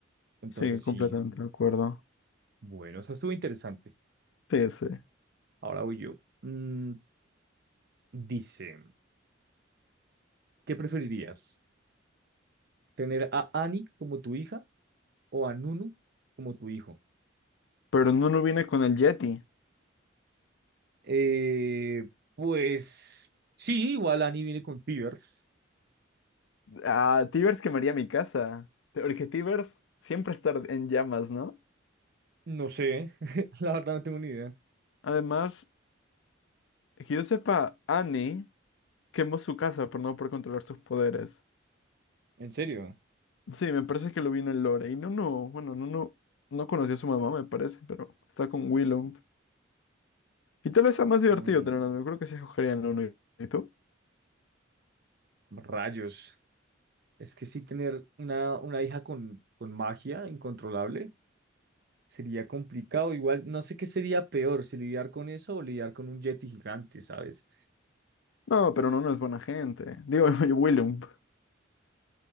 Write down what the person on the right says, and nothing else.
Entonces,
sí.
Bueno, eso estuvo interesante.
Ahora voy yo. Mm, Dice, ¿qué preferirías? ¿Tener a Annie como tu hija o a Nunu como tu hijo?
Eh, pues sí, igual Annie viene con fevers.
No sé, <laughs> la verdad no tengo ni idea.
En serio.
Mm,
rayos. Es que sí, tener una, una hija con, con magia incontrolable sería complicado. Igual no sé qué sería peor, si lidiar con eso o lidiar con un yeti gigante, ¿sabes?